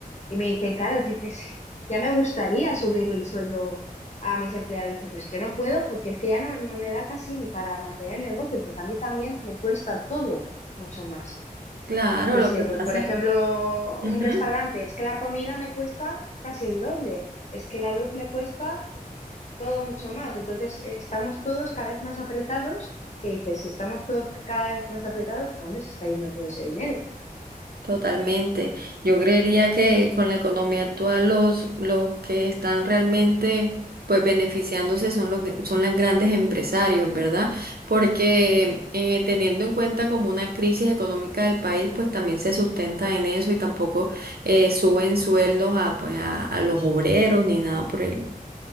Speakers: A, on the left; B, on the right.
A: Y me dicen, claro, <laughs> dices, ya me gustaría subirle el sueldo a mis empleados. Dice, pues que no puedo, porque es que ya no, no me da casi ni para mantener el negocio, porque a mí también me cuesta todo mucho más.
B: Claro,
A: Yo qué
B: lo
A: sé,
B: que
A: pues
B: pasa.
A: por ejemplo,
B: Ujú.
A: un restaurante, es que la comida me cuesta casi el doble, es que la luz me cuesta todo mucho más. Entonces, eh, estamos todos cada vez más apretados. Y dices, si estamos todos cada vez más apretados, ¿a dónde se está yendo todo ese dinero?
B: Totalmente. Yo creería que con la economía actual los, los que están realmente pues beneficiándose son los gr- son los grandes empresarios, ¿verdad? Porque eh, teniendo en cuenta como una crisis económica del país, pues también se sustenta en eso y tampoco eh, suben sueldos a, pues, a, a los obreros ni nada por el,